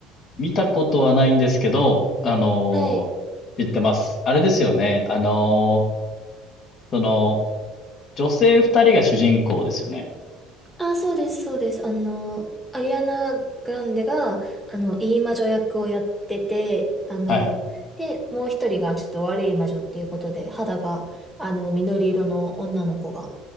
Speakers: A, on the left; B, in the centre.
A: 見たことはないんですけど、あの、
B: はい。
A: 知ってます。あれですよね、あの、その、女性二人が主人公ですよね。
B: あ、そうです、そうです。あの、アリアナ・グランデが、あの、いい魔女役をやってて、あの、
A: はい。
B: で、もう一人がちょっと悪い魔女っていうことで、肌が、あの、緑色の女の子が、